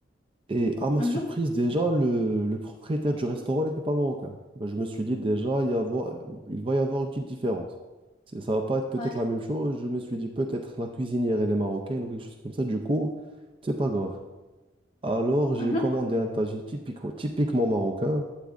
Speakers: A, on the right; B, on the left.
A: Et à ma
B: Mhm.
A: surprise, déjà, le, le propriétaire du restaurant n'était pas marocain. Bah, je me suis dit, déjà, il, y avoir- il va y avoir une petite différence. C'est- Ça va pas être peut-être
B: Ouais.
A: la même chose. Je me suis dit, peut-être la cuisinière, elle est marocaine ou quelque chose comme ça. Du coup, c'est pas grave. Alors, j'ai
B: Mhm.
A: commandé un tagine typique, typiquement marocain,